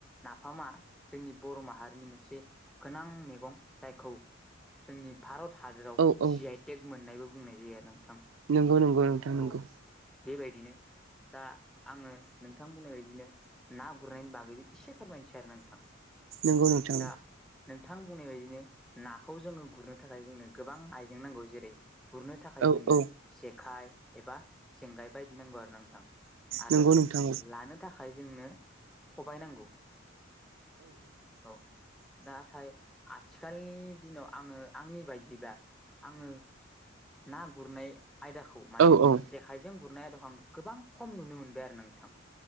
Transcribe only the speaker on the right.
औ औ
नोंगौ नोंगौ नोंथां नोंगौ।
नोंगौ नोंथां।
औ
औ
नंगौ नोंथां
औ औ